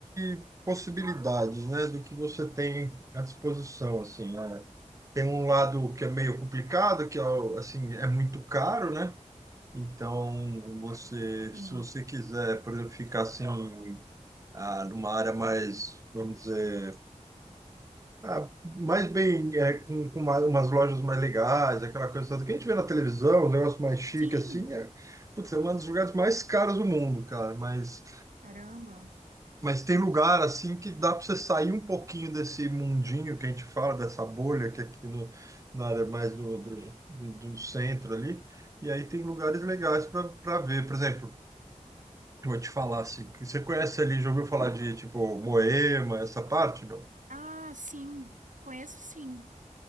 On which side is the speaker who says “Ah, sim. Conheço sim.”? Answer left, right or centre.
Right